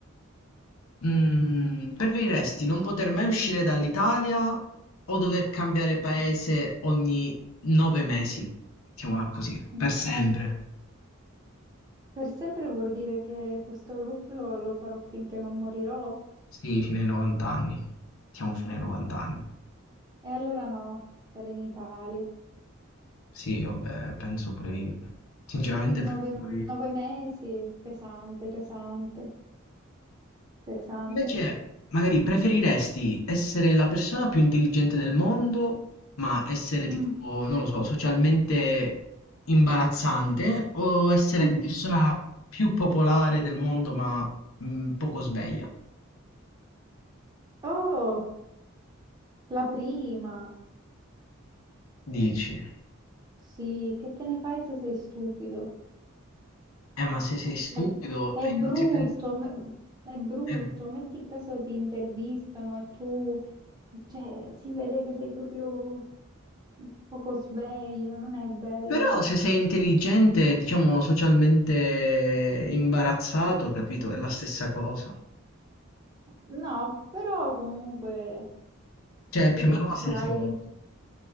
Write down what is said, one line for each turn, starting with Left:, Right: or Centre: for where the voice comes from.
Left: Mm, preferiresti non poter mai uscire dall'Italia o dover cambiare paese ogni nove mesi? Mettiamola così,
Right: Mm,
Left: per sempre.
Right: Per sempre vuol dire che questo loop lo, lo farò finché non morirò?
Left: Sì, fino ai 90 anni. Siamo fino ai 90 anni.
Right: E allora no, stare in Italia.
Left: Sì, vabbè, penso pure io. Sinceramente penso
Right: Nove,
Left: pure io.
Right: nove mesi, pesante, pesante, pesante.
Left: Invece, magari preferiresti essere la persona più intelligente del mondo, ma essere tipo,
Right: Mm.
Left: non lo so, socialmente imbarazzante, o essere
Right: <laughs>
Left: la persona più popolare del mondo, ma mh, poco sveglia?
Right: Oh, la prima.
Left: Dici,
Right: Sì, che te ne fai se sei stupido?
Left: eh, ma se sei stupido
Right: È, è
Left: e
Right: brutto,
Left: gli altri pensano.
Right: ma- è brutto.
Left: eh,
Right: Metti caso ti intervistano e tu, cioè, si vede che sei proprio poco sveglio, non è bello.
Left: Però se sei intelligente, diciamo socialmente imbarazzato, capito? È la stessa cosa.
Right: No, però comunque
Left: Cioè, è più
Right: li-
Left: o meno
Right: ce
Left: la stessa
Right: l'hai
Left: cosa.
Right: lì.